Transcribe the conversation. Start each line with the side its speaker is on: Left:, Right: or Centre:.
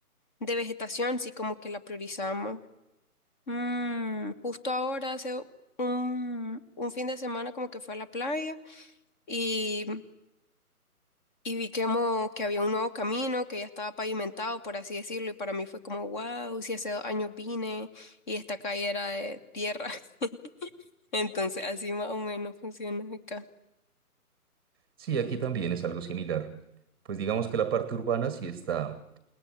Left: de vegetación, sí como que la priorizamos. Mm, justo ahora, hace un, un fin de semana como que fue a la playa y, y vi que, mo- que había un nuevo camino que ya estaba pavimentado, por así decirlo, y para mí fue como, wow, si hace dos años vine y esta calle era de tierra. <laughs> Entonces así más o menos funciona acá.
Right: Sí, aquí también es algo similar. Pues digamos que la parte urbana sí está